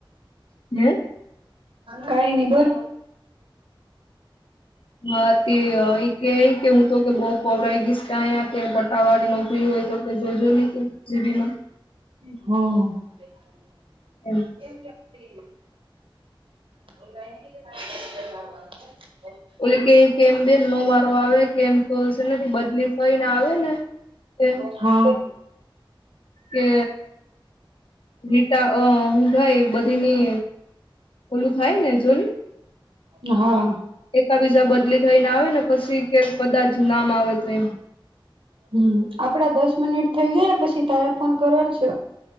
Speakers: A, on the left; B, on the right.
A: હે
B: કાઈ નઈ બોલ
A: હા તે એ કે કે હું તો કે બઉ કોવરાઈ ગઈશ કે અહીયા કે પટાવાળી નોકરી હોય તો હ જોજો નહી કે જીબીમાં
B: હા.
A: એમ
B: <unintelligible>
A: ઓલી કે કેમ બે નો વારો આવે કેમ કઉ છે ને બદલી થઈને આવે ને એમ
B: હા.
A: કે રીટા અ હું ભાઈ બધીની ઓલું થાય ને જોયુ
B: હા.
A: એકા બીજા બદલી થઈને આવે ને પછી કે કદાચ નામ આવે તો એમ.
B: હમ્મ આપડા દસ મિનિટ થઇ ગયા ને પછી તારે ફોન કરવાનું છે